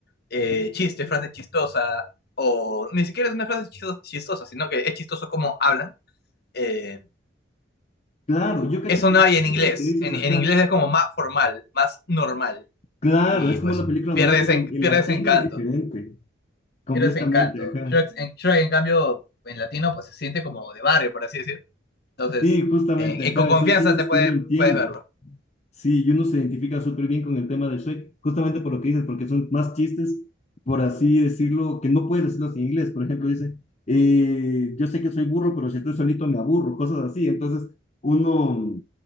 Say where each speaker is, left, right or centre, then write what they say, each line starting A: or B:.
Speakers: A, on the left; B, on the left.
A: eh, chiste, frase chistosa o ni siquiera es una frase chisto- chistosa, sino que es chistoso como hablan. Eh,
B: Claro, yo cacho
A: eso
B: que
A: no
B: justamente
A: hay en inglés,
B: lo que dices,
A: en,
B: ajá.
A: en inglés es como más formal, más normal
B: Claro,
A: y
B: es
A: pues
B: como una película
A: pierdes,
B: normal, pero
A: en,
B: en, en
A: pierdes
B: latino
A: encanto,
B: es diferente, completamente,
A: pierdes encanto.
B: ajá.
A: Shrek, en, Shrek, en cambio en latino pues se siente como de barrio, por así decirlo. Entonces,
B: Sí, justamente,
A: eh, y
B: ajá,
A: con confianza
B: son chistes
A: te puede,
B: que uno entiende.
A: puedes verlo.
B: Sí, y uno se identifica súper bien con el tema de Shrek, justamente por lo que dices, porque son más chistes, por así decirlo, que no puedes decirlos en inglés. Por ejemplo, dice, eh, yo sé que soy burro, pero si estoy solito me aburro, cosas así. Entonces, uno,